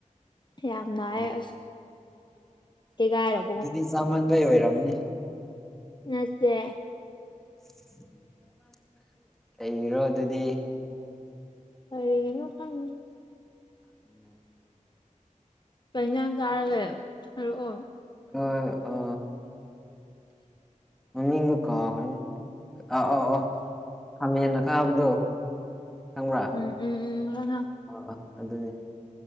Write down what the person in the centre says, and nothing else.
ꯎꯝ
ꯑꯗꯨꯗꯤ ꯆꯥꯃꯟꯕꯩ ꯑꯣꯏꯔꯝꯅꯤ
ꯎꯝ ꯂꯩꯔꯣ ꯑꯗꯨꯗꯤ
ꯑ
ꯑ ꯑ ꯃꯃꯤꯡꯗꯎ ꯀꯥꯎꯒ꯭ꯔꯦ ꯑꯣ ꯑꯣ ꯑꯣ ꯈꯥꯃꯦꯟ ꯑꯈꯥꯕꯗꯣ ꯈꯪꯕ꯭ꯔꯥ
ꯑꯣ ꯑꯣ ꯑꯗꯨꯅꯤ